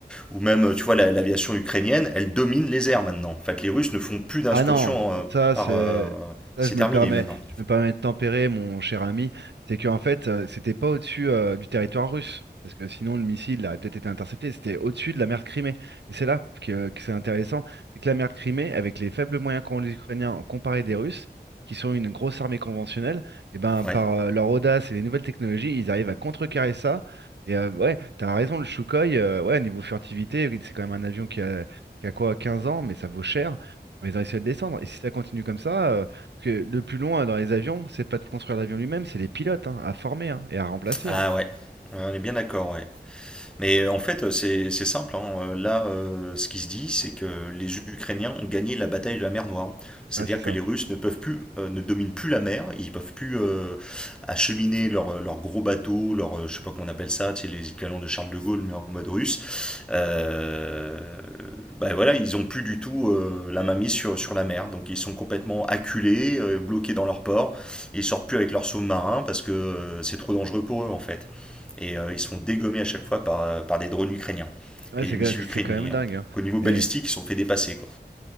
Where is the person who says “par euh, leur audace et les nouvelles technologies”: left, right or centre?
Right